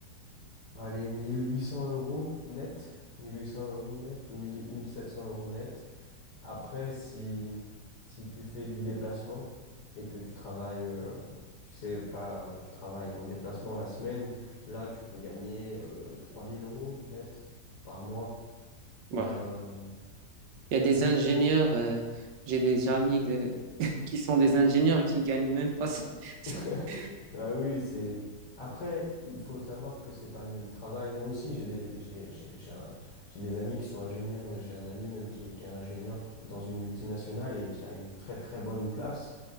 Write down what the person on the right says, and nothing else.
Voilà.
Il y a des ingénieurs, euh, j'ai des amis de- <laughs> qui sont des ingénieurs et qui gagnent même pas ça. <laughs>